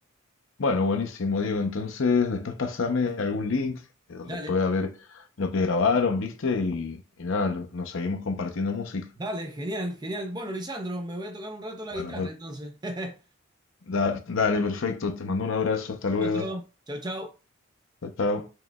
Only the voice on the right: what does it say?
Dale,
dale, genial, genial. Bueno, Lisandro, me voy a tocar un rato la
guitarra,
entonces. <laughs>
Otro. Chau, chau.